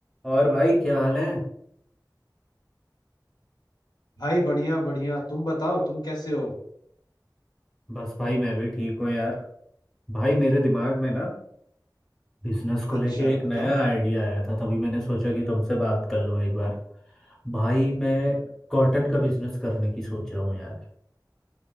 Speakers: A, in the centre; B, on the left.
A: और भाई क्या हाल है
B: भाई बढ़िया बढ़िया तुम बताओ तुम कैसे हो
A: बस भाई मैं भी ठीक हूँ यार भाई मेरे दिमाग में ना बिजनेस को लेके
B: अच्छा
A: एक नया
B: बताओ
A: आइडिया आया था तभी मैंने सोचा कि तुमसे बात कर लूँ एक बार भाई मैं कॉटन का बिजनेस करने की सोच रहा हूँ यार